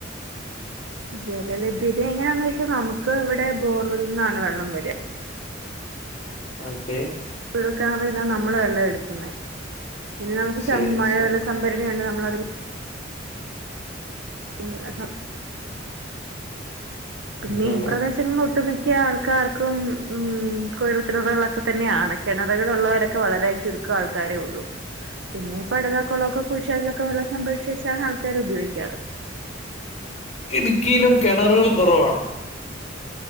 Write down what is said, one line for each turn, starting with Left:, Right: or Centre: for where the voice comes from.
Right: ജലലഭ്യത എങ്ങനെയാന്ന് വെച്ചാ നമുക്ക് ഇവിടെ ബോർവൽ നിന്നാണ് വെള്ളം വരാ
Left: ഓക്കേ
Right: കുഴൽകിണറിന്നാ നമ്മള് വെള്ളം എടുക്കുന്നേ പിന്നെ നമുക്ക്
Left: ശരി
Right: സം മഴവെള്ള
Left: ശരി
Right: സംഭരണിയുണ്ട് നമ്മളതിൽ- ഉം അ
Left: ഉം
Right: പിന്നെ
Left: ഹും
Right: ഈ പ്രദേശങ്ങളൊട്ടും ഒട്ടു മിക്ക ആൾക്കാർക്കും ഉം കുഴൽ കിണറുകളൊക്കെ തന്നെയാണ് കിണറുകളുള്ളവരൊക്കെ വളരേ ചുരുക്ക ആൾക്കാരേ ഒള്ളൂ പിന്നെ പടലാകൊളൊക്കെ കുഴിച്ചതിലൊക്കെ വെള്ളം സംഭവച്ച് വെച്ചാണ് ആൾക്കാര് ഉപയോഗിക്കാറ്
Left: ഇടുക്കിയിലും കിണറുകൾ കുറവാണോ